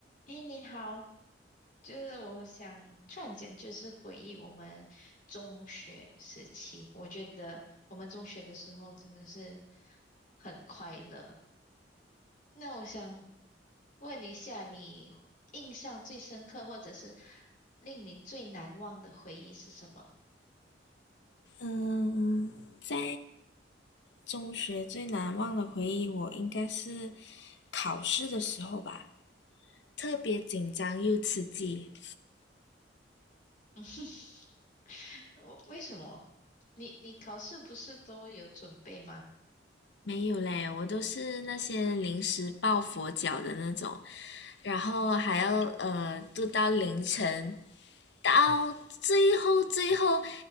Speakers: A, on the left (about 45°); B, on the left (about 65°).
A: 哎，你好，就是我想突然间就是回忆我们中学时期，我觉得我们中学的时候真的是很快乐。那我想问一下，你印象最深刻或者是令你最难忘的回忆是什么？
B: 嗯，在中学最难忘的回忆，我应该是考试的时候吧，特别紧张又刺激。
A: <laughs> 我为什么？你你考试不是都有准备吗？
B: 没有嘞，我都是那些临时抱佛脚的那种，然后还要呃读到凌晨，到最后最后